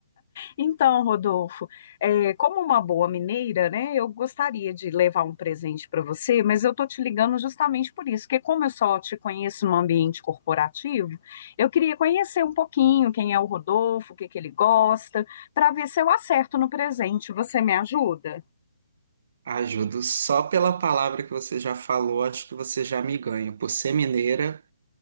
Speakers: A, on the left; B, on the right.
A: Então, Rodolfo, é, como uma boa mineira, né, eu gostaria de levar um presente para você, mas eu tô te ligando justamente por isso, porque como eu só te conheço no ambiente corporativo, eu queria conhecer um pouquinho quem é o Rodolfo, o que que ele gosta, para ver se eu acerto no presente. Você me ajuda?
B: Ajudo só pela palavra que você já falou, acho que você já me ganha. Por ser mineira,